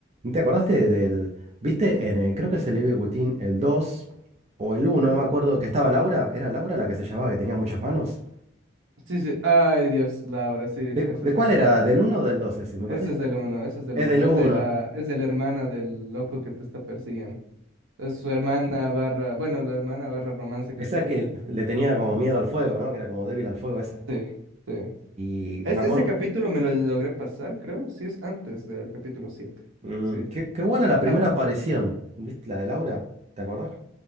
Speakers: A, on the right (about 35°); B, on the right (about 70°).
A: ¿Te acordaste del, viste, en el- creo que es el Evil Within el 2 o el uno? no me acuerdo, que estaba Laura? ¿Era Laura la que se llamaba, que tenía muchas manos?
B: Sí, sí. Ay, Dios, Laura, sí,
A: ¿De,
B: ese
A: de
B: es
A: cuál
B: en el
A: era?
B: uno.
A: ¿Del uno o del 2 ese? Me
B: Ese
A: parece que
B: es
A: era-
B: del uno, ese es del
A: es
B: uno.
A: del
B: Es
A: uno.
B: de la, es de la hermana del loco que te está persiguiendo. Es su hermana barra, bueno, la hermana barra romance que
A: Esa
B: tuvo.
A: que le tenía como miedo al fuego, ¿no? Que era como débil al fuego esa.
B: Sí, sí.
A: Y
B: Es,
A: me acuerdo.
B: ese capítulo me lo logré pasar, creo. Sí, es antes del capítulo siete
A: mm,
B: Sí.
A: qué, qué buena la primera
B: Al-
A: aparición. ¿Viste la de Laura? ¿Te acordás?